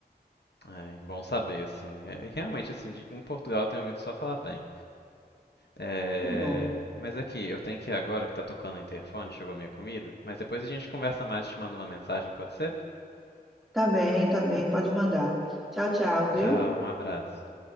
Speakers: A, on the left (about 85°); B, in the centre.
A: Ai, bom saber, assim. É, realmente, assim, de- em Portugal eu tenho ouvido só falar bem. É...
B: Que bom.
A: Mas aqui, eu tenho que ir agora que tá tocando o interfone, chegou a minha comida. Mas depois a gente conversa mais, te mando uma mensagem, pode ser?
B: Tá bem, tá bem. Pode mandar. Tchau, tchau, viu?
A: Tchau, um abraço.